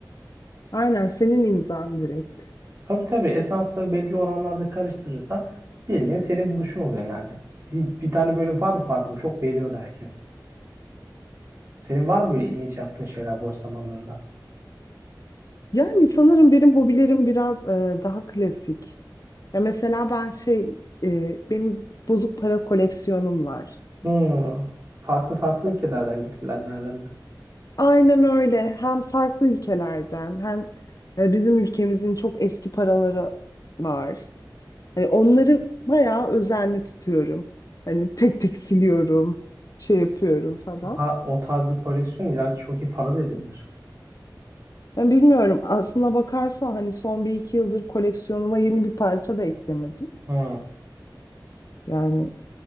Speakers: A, on the left; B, on the right.
A: Aynen senin imzan direkt.
B: Tabii tabii esansları belli oranlarda karıştırırsan bildiğin senin buluşun oluyor yani. Bir, bir tane böyle vardı parfüm çok beğeniyordu herkes. Senin var mı böyle ilginç yaptığın şeyler boş zamanlarında?
A: Yani sanırım benim hobilerim biraz e, daha klasik. Ya mesela ben şey e, benim bozuk para koleksiyonum var.
B: Hmm. Farklı farklı
A: E,
B: ülkelerden getirilenlerden mi?
A: Aynen öyle. Hem farklı ülkelerden hem e, bizim ülkemizin çok eski paraları var. E, onları bayağı özenli tutuyorum. Hani tek tek siliyorum, şey yapıyorum falan.
B: O, ta- o tarz bir koleksiyon ileride çok iyi para da edebilir.
A: Ben bilmiyorum. Aslına bakarsan hani son bir iki yıldır koleksiyonuma yeni bir parça da eklemedim.
B: Hmm.
A: Yani